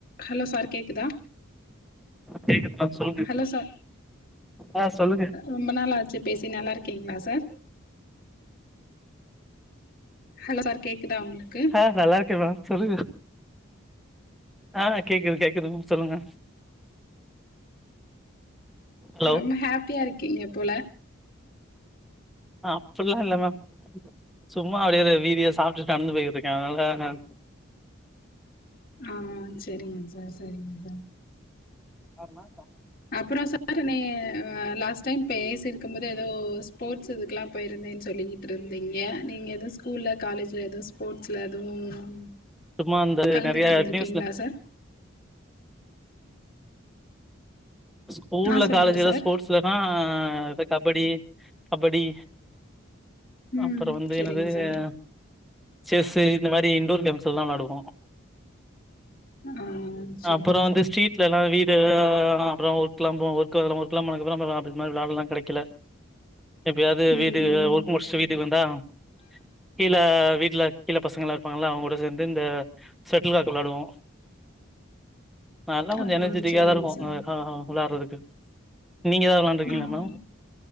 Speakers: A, on the left; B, in the centre.
A: Hello sir கேக்குதா
B: கேக்குத் ma'am சொல்ங்கே
A: ஹலோ சார்
B: ஆ சொல்லுங்க
A: ரொம்ப நாள் ஆச்சி பேசி நல்லார்க்கீங்ளா சார் ஹலோ சார் கேக்குதா உங்ளுக்கு
B: ஆ நல்லார்க்கே மேம் சொல்லுகு ஆ நா கேக்குது கேக்குது மும் சொல்லுங்க ஹலோ
A: ரொம்ப ஹாப்பியா இருக்கீங்க போல
B: அப்பல்லா இல்ல மேம் சும்மா அடியேதா வீதியே சாப்ட்டு நடந்து போய்க்கிட்ருக்கே அனால நன்
A: ஆ சேரிங்க சார் சரிங்க சார்
B: ஆமா
A: அப்ற சார் னையே வே லாஸ் டைம் பேசிருக்கும் போது ஏதோ ஸ்போட்ஸ் இதுக்லா போயிருந்தேன் சொல்லீட்ருந்தீங்க நீங் ஏதுஸ் கூல்ல காலேஜ்ல எது ஸ்போட்ஸ்ல எதூ வும்
B: சும்மா அந்த
A: கலந்திட்
B: நெறைய
A: இருந்த்ருக்கிங்ளா
B: நியூஸ்ல
A: சா
B: ஸ்கூல்ல
A: ஆ சொல்லுங்க
B: காலேஜ் எதா
A: சார்
B: ஸ்போட்ஸ் இல்லனா த கபடி அபடி
A: ம்
B: அப்றோ வந்து
A: சரிங்க
B: என்னதே
A: சார்
B: ஆ செஸ்ஸு இந்த மாரி இன்டூர் கேம்ஸ் எல்லா வாடுவோ
A: ஆ சரிங்க
B: அப்பறோ வந்து
A: சார்
B: ஸ்ட்ரீட்லல்லா வீடு ஆ அப்றோ ஒர்க்லா போ ஒர் க்குறல வர்க்குல்லாம் போனதுக்கப்றம் <unintelligible> கெடைக்கல எப்பயாவ்து
A: ம்
B: வீடு
A: ம்
B: அ வர்க் முர்ச்சு வீட்டுக்கு வந்தா ஹம் கீழ வீட்ல கீழ பசங்கலா இருப்பாங்கள அவங்கூட சேந்து இந்த செட்டுல் காக் வெளாடுவு ல்லா கொஞ்சு
A: ஆ
B: எனர்ஜிட்டிக்காதா
A: சரிங்க
B: இருக்கு
A: சார்
B: ஏ ஹா ஹா வுளாட்றதுக்கு நீங் ஏதாவ் வெளாண்ட்ருக்கீளாமா
A: ஆ